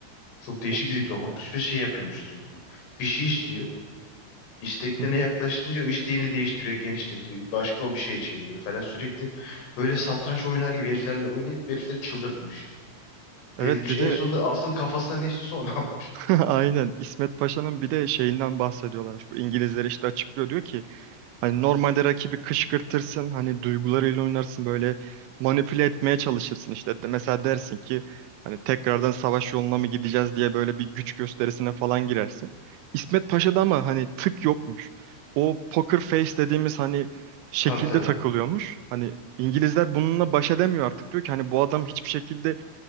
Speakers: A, on the left; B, on the right.
A: Çok değişik
B: O-
A: bir diplomatmış ve şey yapıyormuş sürekli. Bir şey istiyor. İsteklerine
B: Hı hı.
A: yaklaştığınca o isteğini değiştiriyor, genişletiyor. Başka o bir şey çeviriyor falan sürekli. Böyle satranç oynar gibi heriflerle oynayıp herifleri çıldırtmış.
B: Evet
A: Delirtmiş.
B: bir
A: En
B: de
A: sonunda asıl kafasına ne istiyorsa onu <laughs> almış.
B: <laughs> aynen İsmet Paşa'nın bir de şeyinden bahsediyorlarmış. Bu İngilizler işte açıklıyor diyor ki Hani normalde rakibi kışkırtırsın, hani duygularıyla oynarsın böyle manipüle etmeye çalışırsın işte. De- Mesela dersin ki hani tekrardan savaş yoluna mı gideceğiz diye böyle bir güç gösterisine falan girersin. İsmet Paşa'da ama hani tık yokmuş. O poker face dediğimiz hani şekilde
A: Tabii tabii.
B: takılıyormuş. Hani İngilizler bununla baş edemiyor artık diyor ki hani bu adam hiçbir şekilde